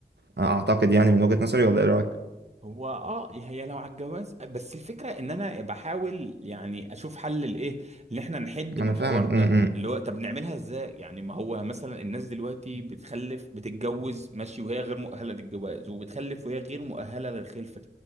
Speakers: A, on the right; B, on the right.
A: اعتقد يعني من وجهة نظري ولا ايه رأيك؟
B: هو اه هي لو على الجواز بس الفكره ان انا بحاول يعني اشوف حل لايه ان احنا نحد
A: ما
B: من
A: انا
B: الحوار
A: فاهمك
B: ده
A: م- م-
B: اللي هو طب نعملها ازاي يعني ما هو مثلا الناس دلوقتي بتخلف بتتجوز ماشي وهي غير مؤهله للجواز وبتخلف وهي غير مؤهله للخلفه